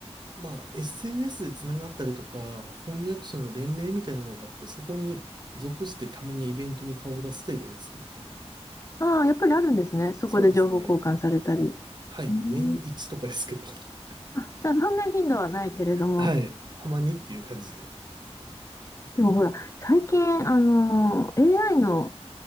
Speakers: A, on the right (about 40°); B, on the left (about 30°).
A: ーまあ、SNS でつながったりとか、翻訳者の連盟みたいなのがあって、そこに属してたまにイベントに顔を出す程度ですけどね。
B: ああ、やっぱりあるんですね。そこで情報交換されたり。
A: そうですね。はい、
B: うーん、
A: 年一とかですけど。<laughs>
B: あ、じゃあ、そんなに頻度はないけれども、
A: はい、たまにっていう感じで。
B: でもほら、最近、あの、AI の